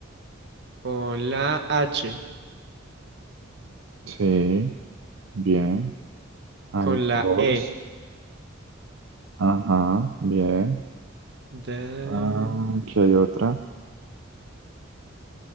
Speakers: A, on the right; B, on the right.
A: con la H,
B: Sí, bien. Hay
A: con la
B: dos.
A: E.
B: Ajá, bien.
A: ¿De,
B: Ah, aquí hay otra.